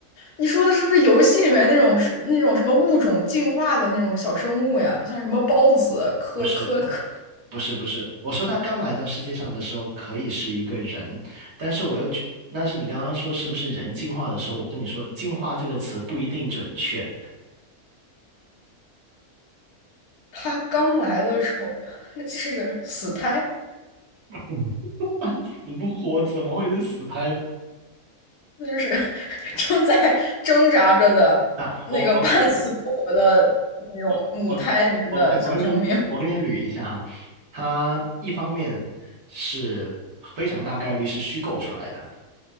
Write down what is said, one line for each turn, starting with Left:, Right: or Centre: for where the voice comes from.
Left: 你说的是不是游戏里面那种是那种什么物种进化的那种小生物呀？像什么孢子、科科科，
Right: 不是不是不是，我说他刚来到世界上的时候可以是一个人，但是我又觉，但是你刚刚说是不是人进化的时候，我跟你说“进化”这个词不一定准确，
Left: 他刚来的时候是一个死胎，
Right: 嗯死不活怎么会是死胎呢？
Left: 那就是 <laughs> 正在挣扎着的那个半死不活的那种母胎里面的小生命。
Right: 啊，我我我我我给我给你我给你捋一下哈，他一方面是非常大概率是虚构出来的，